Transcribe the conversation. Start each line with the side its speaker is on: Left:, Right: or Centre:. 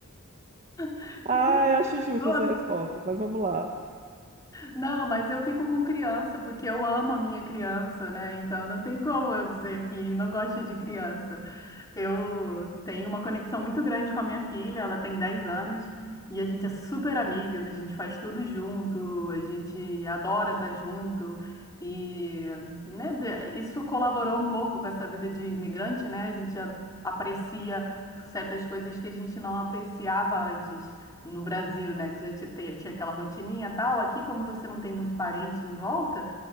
Left: <laughs>
Right: Ah, eu acho justa
Left: Outra.
Right: essa resposta, mas vamos lá.
Left: Não, mas eu fico com criança porque eu amo a minha criança, né? Então não tem como eu dizer que não gosto de criança. Eu tenho uma conexão muito grande com a minha filha, ela tem 10 anos e a gente é super amigas, a gente faz tudo junto, a gente adora estar junto e né, de- isso colaborou um pouco com essa vida de imigrante, né? A gente a- aprecia certas coisas que a gente não apreciava antes no Brasil, né? Que já ti- tem- tinha aquela rotininha e tal. Aqui, como você não tem muito parente em volta,